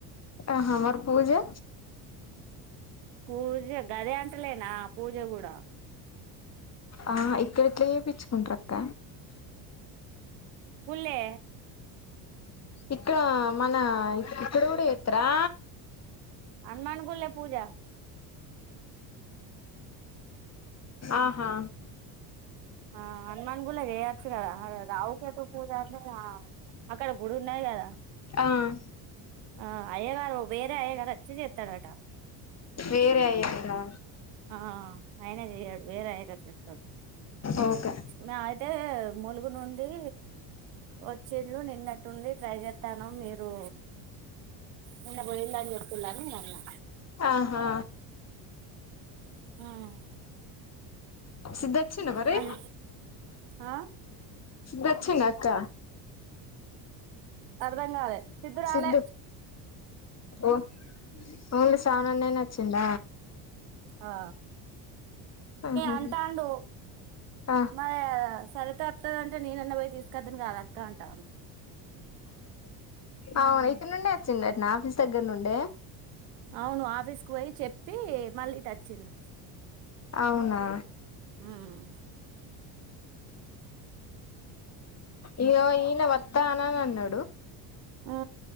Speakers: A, on the left (about 30°); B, on the right (about 80°).
A: ఆహ మర్ పూజా
B: పూజ గదే అంటలేనా పూజ కూడా
A: ఆ ఇక్కడ ఎట్లా చేయిచ్చుకుంటారు అక్క
B: ఉల్లే
A: ఇక్కడ మన ఇక్కడ కూడా ఎస్తరా
B: హనుమాన్ గుళ్ల పూజ
A: ఆహా
B: ఆ హనుమాన్ గుళ్ల చేయొచ్చు కదా రావుకట పూజ అనే అక్కడ గుడి ఉన్నాయి కదా
A: ఆ
B: ఆ అయ్యగారు వేరే అయ్యగారు వచ్చి చేస్తాడట
A: వేరే అయ్యగార
B: ఆ అయినే చెయడు వేరే ఆయన చేస్తాడు
A: ఓకే
B: న అయితే ములుగు నుండి వచ్చిళు నిన్నట్ నుండి ట్రై చేస్తానం మీరు నిన్న పోయిళ్ళు అని చెప్తుండు అని నేనన్నా
A: ఆహా
B: అన్నా
A: సిద్ధొచిండా మరి
B: అన్ ఆ
A: దక్షిణక్క
B: అర్ధంగాలే <unintelligible>
A: సిద్ధు ఓ ఓన్లీ సెవెన్ అండేన్ వచ్చింద
B: ఆ
A: ఆహా
B: అంటాండు
A: ఆ
B: మరి సరతే వతదంటే నేనున్న పోయి తీసుకొద్దాను కాదక్క అంటా
A: అవును
B: ఉమ్
A: ఇక్కడ నుండే వచ్చిండ అట్న ఆఫీస్ దగ్గర నుండే
B: అవును ఆఫీస్ కు పోయి చెప్పి మళ్ళీ ఇట వచ్చిండు
A: అవునా
B: ఉమ్
A: ఇయ్యో ఈయన వత్త అనేమో అన్నడు
B: ఆ